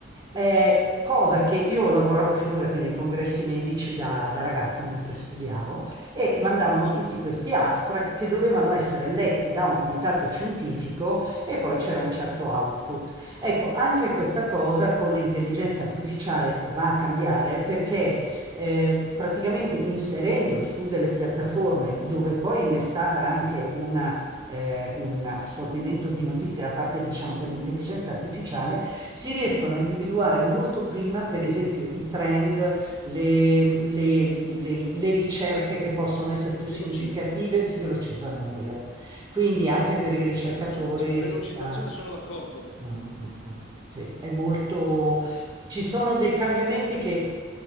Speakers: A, on the right (about 20°); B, on the left (about 70°).
A: Eh, cosa che io lavoravo, figurati, nei congressi medici da, da ragazza mentre studiavo e mandavano
B: sì,
A: tutti questi abstract che dovevano essere letti da un comitato scientifico e poi c'era un certo output. Ecco, anche questa cosa con l'intelligenza artificiale va a cambiare perché eh, praticamente inserendo su delle piattaforme dove poi è innestata anche una eh, un assorbimento di notizie da parte, diciamo, dell'intelligenza artificiale, si riescono a individuare molto prima, per esempio, i trend, le, le- le- le ricerche che possono essere
B: si
A: più
B: velocizza,
A: significative,
B: cioè,
A: si velocizza da morire. Quindi anche per i ricercatori
B: si velocizza. Sulla velocizzazione
A: si sta...
B: sono d'accordo.
A: Mm, mm, mm. Sì, è molto... Ci sono dei cambiamenti che...